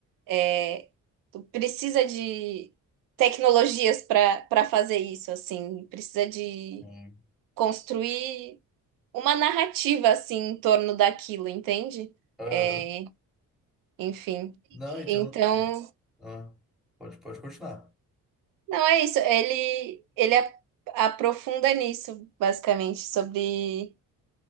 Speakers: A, on the right (about 75°); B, in the centre.
A: é, tu precisa de tecnologias para para fazer isso, assim, precisa de
B: sim.
A: construir uma narrativa assim em torno daquilo, entende?
B: Aham.
A: É, enfim.
B: Não, entendo.
A: Então,
B: Ah, pode, pode continuar.
A: não é isso. Ele, ele a- aprofunda nisso, basicamente, sobre.